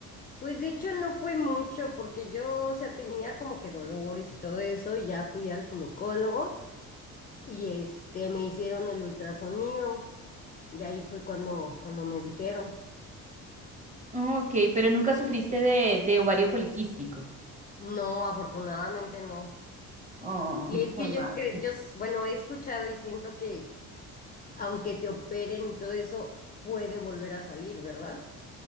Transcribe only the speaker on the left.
Pues de hecho no fue mucho porque yo, o sea, tenía como que dolores y todo eso y ya fui al ginecólogo. Y este, me hicieron el ultrasonido. Y ahí fue cuando, cuando me dijeron.
No, afortunadamente no.
Y es
que yo
cre- yo, s- bueno, he escuchado y siento que aunque te operen y todo eso, puede volver a salir, ¿verdad?